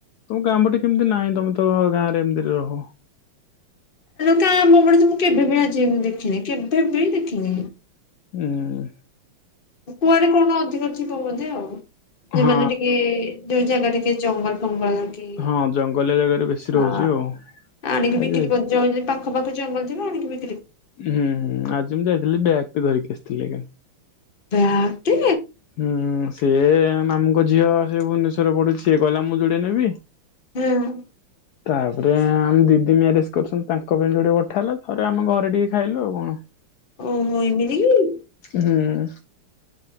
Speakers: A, on the left; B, on the left.
A: ତମ ଗାଁ ପଟେ କେମିତି ନାହିଁ ତମେ ତ ଗାଁ ରେ ଏମିତି ରେ ରହ।
B: କା ମୋ ଆମ ପଟେ ମୁଁ କେଭେ ବି ଆଜି ଯାଏଁ ମୁଁ ଦେଖିନି କେଭେ ବି ଦେଖିନି।
A: ହୁଁ।
B: କୁଆଡେ କଣ ଅଧିକ ଥିବ ବୋଧେ ଆଉ। ଯେମାନେ
A: ହଁ।
B: ଟିକେ ଯୋଉ ଜାଗା ଜଙ୍ଗଲ ଫଙ୍ଗ କି
A: ହଁ ଜଙ୍ଗଲିଆ ଜାଗାରେ ବେଶୀ ରହୁଛି
B: ହଁ
A: ଆଉ
B: ଆଣିକି
A: ଆଜି
B: ବିକ୍ରି କରିଯିବ ପାଖ ପାଖ ଜଙ୍ଗଲ ଆଣିକି ବି
A: ହୁଁ ହୁଁ ଆଜି ମୁଁ ଯାଇଥିଲି ବ୍ୟାଗ ଟେ ଧରିକି ଆସିଥିଲି ଏକା।
B: ବ୍ୟୟାଗ୍ ଟେ
A: ହୁଁ ସିଏ ମାମୁଙ୍କ ଝିଅ ସେ ଭୁବନେଶ୍ଵରରେ ପଡୁଛି ସେ କହିଲା ମୁଁ ଯୋଡିଏ ନେବି।
B: ହୁଁ।
A: ତାପରେ ଆମ ଦିଦି ମ୍ୟାରେଜ କରିଛନ୍ତି ତାଙ୍କ ପାଇଁ ଯୋଡେ ପଠା ହେଲା ତାପରେ ଆମ ଘରେ ଟିକେ ଖାଇଲୁ ଆଉ କଣ।
B: ଓହୋ ଏମିତି କିି?
A: ହୁଁ।